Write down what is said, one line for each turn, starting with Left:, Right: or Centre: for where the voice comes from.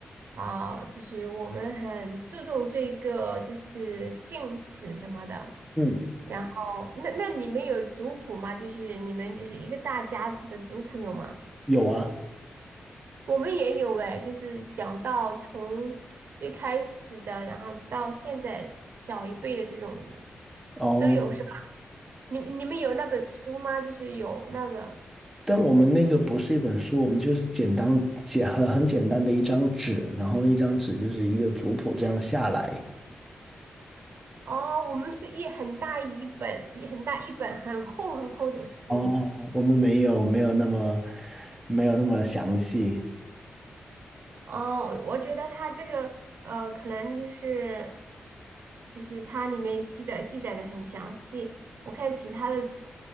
Right: 啊、就是我们很注重这个就是姓氏什么的。
Centre: 嗯，
Right: 然后，那那你们有族谱吗？就是你们就是一个大家族的族谱有吗？
Centre: 有啊。
Right: 我们也有哎，就是讲到从最开始的，然后到现在小一辈的这种的
Centre: 哦，
Right: 都有是吧？你你们有那本书吗？就是有那个
Centre: 但我们那个不是一本书，我们就是简单简很很简单的一张纸，然后那一张纸就是一个族谱这样下来。
Right: 哦，我们是一很大一本，一很大一本很厚很厚的书。
Centre: 哦，我们没有没有那么没有那么详细。
Right: 哦，我我觉得它这个呃，可能就是就是它里面记得记载的很详细。我看其他的，